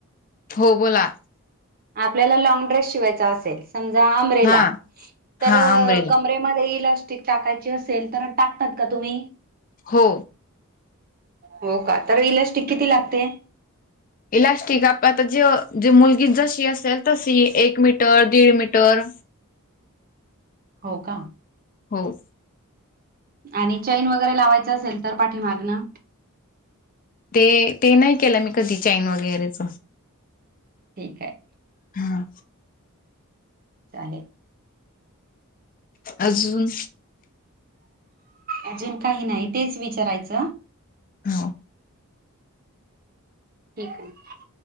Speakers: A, on the left (about 40°); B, on the right (about 40°).
A: हो बोला.
B: आपल्याला लॉन्ग ड्रेस शिवायचा असेल. समज <inaudible>
A: हा हा
B: क
A: अंब्रेला
B: <inaudible> टाकायची असेल तर टाकतात का तुम्ही.
A: हो.
B: हो का तर इलॅस्टिक किती लागते.
A: इलॅस्टिक आप आता जे जी मुलगी जशी असेल तशी एक मीटर, दीड मीटर.
B: हो का?
A: हो.
B: आणि चैन वगैरे लावायचं असेल तर पाठीमाग ना.
A: ते ते नाही केलं मी कधी चाईन वगैरेच.
B: ठीक आहे.
A: हा.
B: चालेल
A: अजून.
B: अजून काही नाही तेच विचारायचं.
A: हा
B: ठीक आहे.